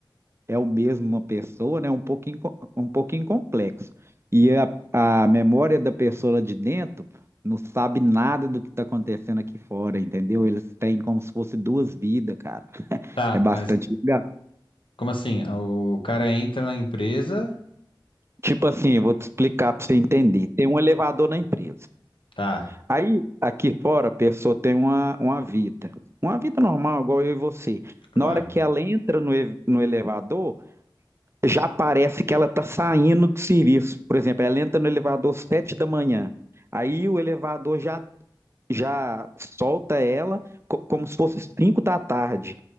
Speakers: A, on the right; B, on the left.
A: é o mesmo uma pessoa, né? Um pouquinho, co- um pouquinho complexo. E a, a memória da pessoa lá de dentro não sabe nada do que está acontecendo aqui fora, entendeu? Eles têm como se fosse duas vidas, cara.
B: Tá,
A: É bastante
B: mas
A: legal.
B: como assim? O cara entra na empresa...
A: Tipo assim, eu vou te explicar para você entender. Tem um elevador na empresa.
B: Tá.
A: Aí, aqui fora, a pessoa tem uma, uma vida. Uma vida normal, igual eu e você.
B: Claro.
A: Na hora que ela entra no, e- no elevador, já parece que ela está saindo do serviço. Por exemplo, ela entra no elevador às sete da manhã. Aí o elevador já, já solta ela co- como se fosse cinco da tarde.